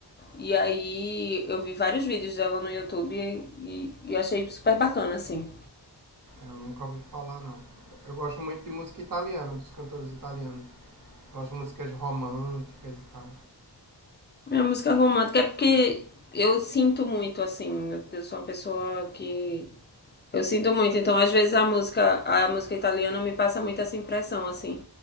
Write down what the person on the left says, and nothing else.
E aí eu vi vários vídeos dela no YouTube e, e achei super bacana, assim.
Minha música romântica é porque eu sinto muito, assim. Eu- Eu sou uma pessoa que. Eu sinto muito. Então, às vezes, a música, a música italiana me passa muito essa impressão, assim,